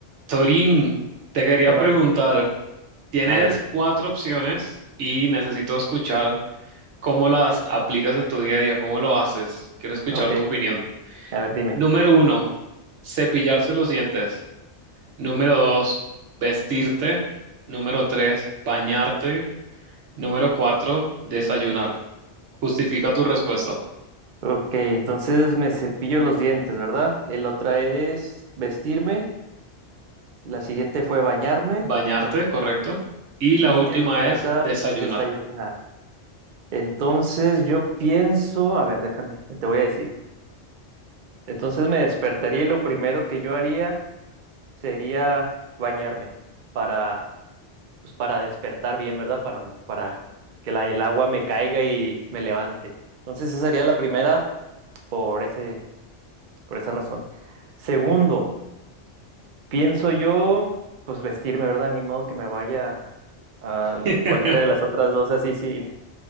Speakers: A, on the right; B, on the right.
A: Torín, te quería
B: ¿Qué on-
A: preguntar, tienes
B: A ver,
A: cuatro opciones y necesito escuchar cómo las aplicas en tu día a día, cómo lo haces. Quiero escuchar
B: ok,
A: tu opinión.
B: a ver, dime.
A: Número uno, cepillarse los dientes. Número dos, vestirte. Número tres, bañarte. Número cuatro, desayunar. Justifica tu respuesta.
B: Ok, entonces me cepillo los dientes, ¿verdad? El otra es vestirme, la siguiente fue bañarme
A: Bañarte, correcto. Y
B: y
A: la última
B: el- la
A: es
B: otra
A: desayunar.
B: desayunar. Entonces yo pienso, a ver, déjame, te voy a decir. Entonces me despertaría y lo primero que yo haría sería bañarme para, pues para despertar bien, ¿verdad? Para, para que la, el agua me caiga y me levante. Entonces esa sería la primera por ese, por esa razón. Segundo, pienso yo, pues vestirme, ¿verdad? Ni modo que me vaya a la-
A: <laughs>
B: cualquiera de las otras dos así sin,